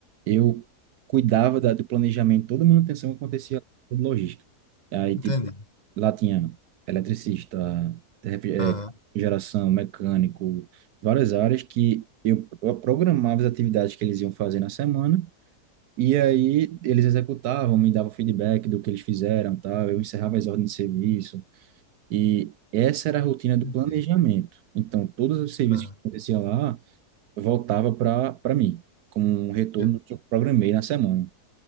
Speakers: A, on the right; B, on the left.
A: eu cuidava da, do planejamento, toda a manutenção que acontecia lá de logística. Aí,
B: Entendi.
A: tipo, lá tinha eletricista, ref- eh,
B: Aham,
A: geração, mecânico, várias áreas que eu, eu programava as atividades que eles iam fazer na semana, e aí eles executavam, me davam feedback do que eles fizeram, tal, eu encerrava as ordens de serviço, e essa era a rotina do
B: entendi.
A: planejamento. Então, todos os serviços
B: Aham,
A: que acontecia lá voltava para para mim, como um retorno
B: j-
A: que eu programei na semana.